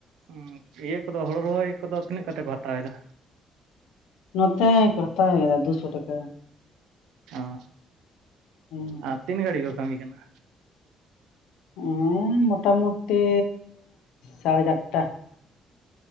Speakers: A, on the right; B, on the left.
A: ᱚᱸ ᱤᱭᱟᱹ ᱠᱚᱫᱚ ᱦᱚᱲᱚ ᱨᱚᱦᱚᱭ ᱠᱚᱫᱚ ᱛᱤᱱᱟᱹᱜ ᱠᱟᱛᱮ ᱠᱚ ᱦᱟᱛᱟᱣᱮᱫᱟ?
B: ᱱᱚᱛᱮ ᱠᱚ ᱦᱟᱛᱟᱣ ᱫᱟ ᱫᱩᱥᱚ ᱴᱟᱠᱟ᱾
A: ᱚᱸ
B: ᱦᱮᱸ
A: ᱟᱨ ᱛᱤᱱ ᱜᱷᱟᱹᱲᱤ ᱠᱚ ᱠᱟᱹᱢᱤ ᱠᱟᱱᱟ᱾
B: ᱚᱸᱻ ᱢᱳᱚᱴᱟᱢᱩᱴᱤ ᱥᱟᱲᱮ ᱪᱟᱨᱴᱟ,